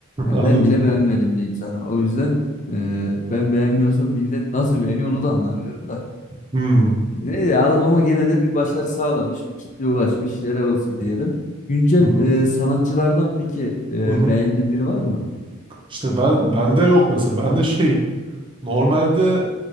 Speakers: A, on the left (about 35°); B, on the right (about 25°).
A: Yani
B: <laughs> Anladım.
A: ben bile beğenmedim diyeyim sana. O yüzden e, ben beğenmiyorsam millet nasıl beğeniyor onu da anlamıyorum da.
B: Hmm.
A: Ne ya adam ama gene de bir başarı sağlamış, bir kitleye ulaşmış. Helal olsun diyelim. Güncel
B: Hı hı.
A: e, sanatçılardan peki e,
B: Hı hı.
A: beğendiğin biri var mı?
B: İşte ben bende yok mesela. Bende şey normalde